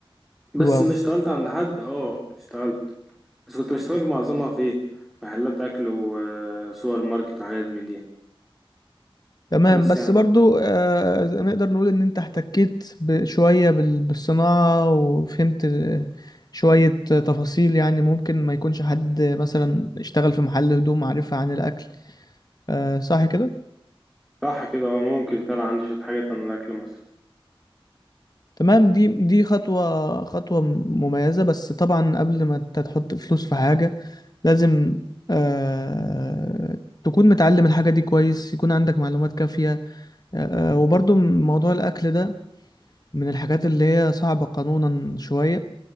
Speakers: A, in the centre; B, on the left.
A: بس
B: حلو أوي
A: ان اشتغلت عند حد اه اشتغلت بس كنت بشتغل معظمها في ايه محلات اكل وسوبر ماركت وحاجات من دي
B: تمام
A: بس
B: بس
A: يعني
B: برضو آه نقدر نقول إن أنت احتكيت ب- شوية بال- بالصناعة وفهمت آه، شوية آه، تفاصيل يعني ممكن ما يكونش حد مثلا اشتغل في محل هدوم عارفها عن الأكل آه صح كده؟
A: صح كده اه ممكن فعلا عندي شويه حاجات عن الاكل مثلا
B: تمام دي دي خطوة خطوة مميزة بس طبعا قبل ما انت تحط فلوس في حاجة لازم آه تكون متعلم الحاجة دي كويس يكون عندك معلومات كافية آه آه، وبرضو موضوع الأكل ده من الحاجات اللي هي صعبة قانونا شوية